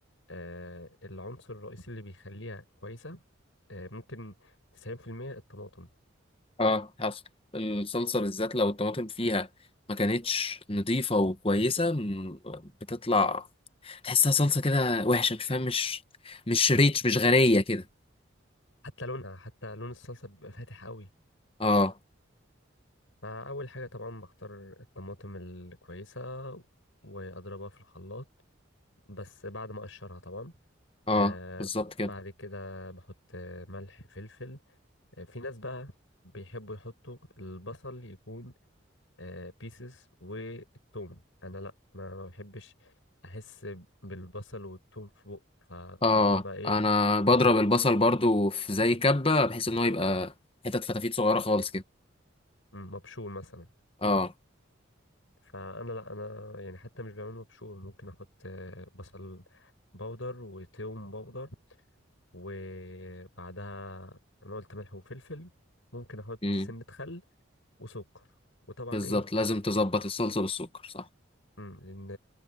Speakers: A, on the left; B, on the left.
A: آه العنصر الرئيسي اللي بيخليها كويسه آه ممكن 90% الطماطم
B: اه حصل الصلصه بالذات لو الطماطم فيها ما كانتش نظيفه وكويسه م- بتطلع تحسها صلصه كده وحشه مش فاهم مش مش ريتش مش غنيه كده
A: حتى لونها حتى لون الصلصه بيبقى فاتح قوي
B: اه
A: فاول حاجه طبعا بختار الطماطم الكويسه واضربها في الخلاط بس بعد ما اقشرها طبعا
B: اه
A: آه
B: بالظبط كده
A: بعد كده بحط ملح فلفل في ناس بقى بيحبوا يحطوا البصل يكون بيسز والثوم انا لا انا ما بحبش احس بالبصل والثوم في بق
B: اه
A: فببقى ايه
B: انا بضرب
A: بحط
B: البصل برضو في زي كبه بحيث ان هو يبقى حتت فتافيت صغيره خالص كده
A: مبشور مثلا
B: اه
A: فانا لا انا يعني حتى مش بعمل مبشور ممكن احط آه، بصل بودر وثوم بودر وبعدها انا قلت ملح وفلفل ممكن احط
B: امم
A: سنة خل وسكر وطبعا
B: بالظبط
A: ايه
B: لازم تظبط الصلصه بالسكر صح
A: امم لان